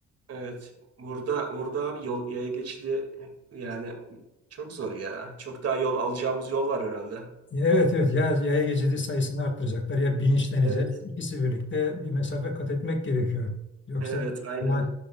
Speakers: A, on the right; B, on the left.
A: Evet. Burada burada abi yol yaya geçidi yani çok zor ya. Çok daha yol alacağımız yol var herhalde.
B: Evet evet ya yaya geçidi sayısını arttıracaklar ya bilinçleneceğiz.
A: Evet.
B: İkisi birlikte bir mesafe kat etmek gerekiyor. Yoksa
A: Evet, aynen.
B: daha,